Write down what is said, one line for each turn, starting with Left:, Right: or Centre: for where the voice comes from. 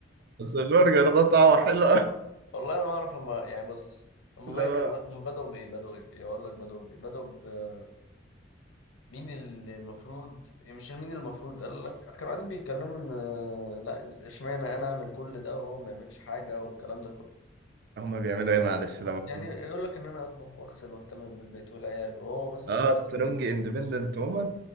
Right: بس البرجر ده طعمه حلو <laughs> أوي.
Left: والله ما أعرف هما يعني بص هما
Right: لا
Left: باين كانوا ب- هما بدأوا بإيه بدأوا بإيه أقول لك بدأوا بإيه بدأوا ب مين اللي المفروض يعني مش مين اللي المفروض قال لك كانوا قاعدين بيتكلموا إن آه، لا إز- إشمعنى أنا أعمل كل ده وهو ما يعملش حاجة والكلام ده كله
Right: هما بيعملوا ايه
Left: بس
Right: معلش لما بقول-
Left: يعني يقول لك إن أنا أطبخ وأغسل وأهتم بالبيت والعيال وهو مثلا
Right: اه
Left: يكون
Right: سترونج
Left: بيجيب الفلوس
Right: اندبندنت وومن